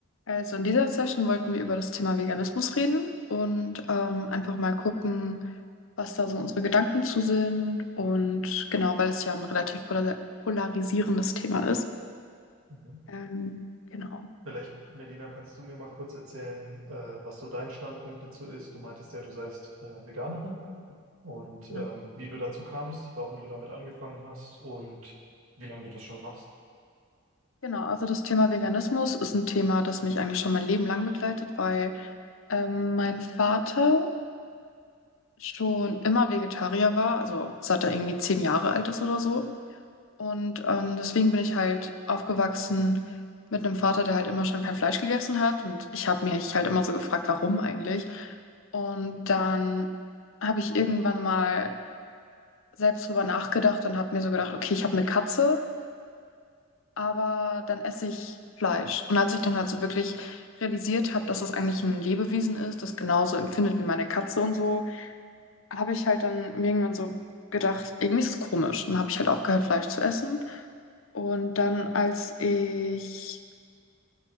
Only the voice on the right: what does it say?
Mhm.
Vielleicht, Melina, kannst du mir mal kurz erzählen, äh, was so dein Standpunkt dazu ist? Du meintest ja, du seist äh, Veganerin und ähm,
wie du dazu kamst, warum du damit angefangen hast und wie lange du das schon machst.